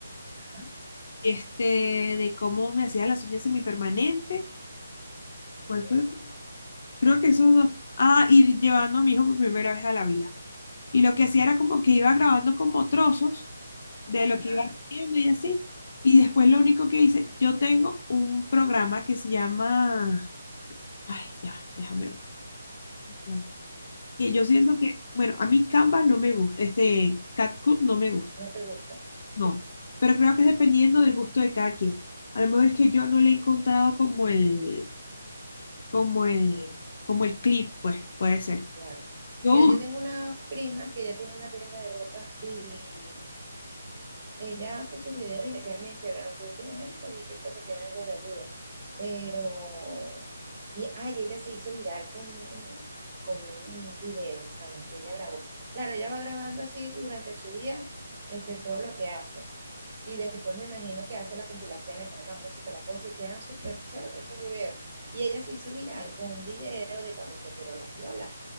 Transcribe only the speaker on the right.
Ajá,
ok.
Ajá,
no te gusta.
Claro.
Mira,
yo tengo una prima que ella tiene una tienda de ropa y ella hace sus videos y le quedan bien chéveres. Aunque últimamente vi que creo que tiene algo de ayuda. Pero, y ay, ella se hizo viral con, un- con un video, chamo, que ella grabó. Claro, ella va grabando así durante su día este, todo lo que hace. Y después me imagino que hace la compilación, le pone la música, la cosa, y quedan súper chéveres esos videos. Y ella se hizo viral con un video de cuando se operó las lolas.